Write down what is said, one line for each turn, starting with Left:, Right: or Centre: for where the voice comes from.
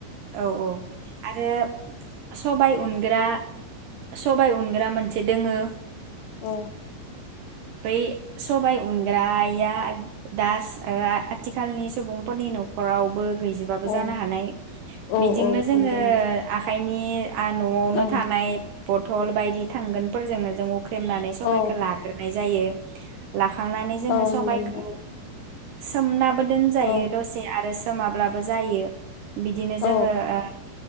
Right: औ औ आरो सबाय उनग्रा सबाय उनग्रा मोनसे दोङो
Left: औ
Right: बे सबाय उनग्राया दास ओआ आथिखालनि सुबुंफोरनि नखरावबो गैजोबाबो
Left: औ
Right: जानो हानाय
Left: औ
Right: बिदिंनो
Left: औ
Right: जोङो
Left: नंगौ नोंथां
Right: आखाइनि आ न'आवनो
Left: औ
Right: थानाय बथल बायदि थांगोन। फोरजोंनो जोङो हुख्रेमनानै सबायखो
Left: औ
Right: लाग्रो नाय जायो। लाखांनानै जोङो
Left: औ
Right: सबायखौ
Left: नंगौ नोंथां
Right: सोमना दोनजायो
Left: औ
Right: दसे आ ओ सोमाब्लाबो जायो। बिदिनो
Left: औ
Right: जोङो ओ।